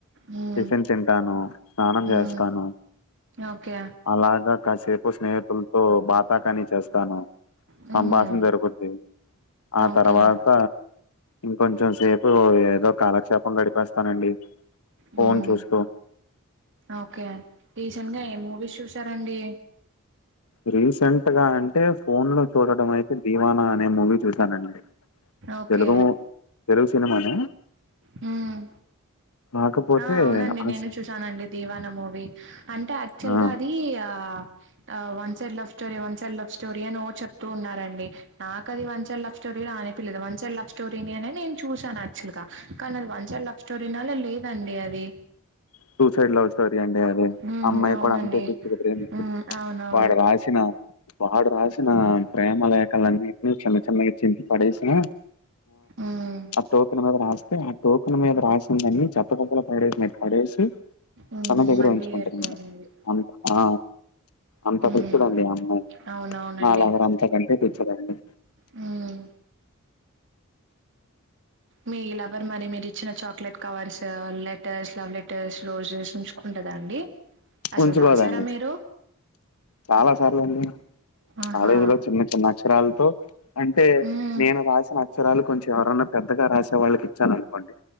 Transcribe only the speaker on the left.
టిఫిన్ తింటాను స్నానం
చేస్తాను
అలాగా కాసేపు స్నేహితులతో బాతాకానీ చేస్తాను
సంభాషణ జరుగుద్ది ఆ
తర్వాత కొంచెం సేపు ఏదో కాలక్షేపం గడిపేస్తానండి ఫోన్
చూస్తూ
రీసెంట్ గా అంటే ఫోన్ లో చూడడం అయితే దివానా అనే మూవీ చూసానండి
తెలుగు ము తెలుగు సినిమానే
కాకపోతే
ఆ
సి-
ఆ
సూసైడ్ లవ్ స్టోరీ అండి అది
అమ్మాయి
కూడా అంతే పిచ్చిగ ప్రేమింస్థది
వాడు రాసిన వాడు రాసిన ప్రేమ లేఖలన్నింట్ని చిన్న చిన్నగా చింపి పడేసిన
ఆ టోకెన్ మీద రాస్తే ఆ టోకెన్ మీద రాసిందని చెత్తకుప్పలో పడేసినట్టు పడేస్
తన దగ్గరే
ఉంచుకుంటున్ది
అంత ఆ అంత
పిచిదండి ఆ అమ్మాయి
నాలవర్ అంతకంటే పిచిదండి
గుంచుకోదండి
చాలా సార్లండి
కాలేజీ లో చిన్న చిన్న అక్షరాలతో అంటే
నేను రాసిన చ్చరాలు కొంచం ఎవరైనా పెద్దగా రాసే వాళ్ళకి ఇచ్చాననుకోండి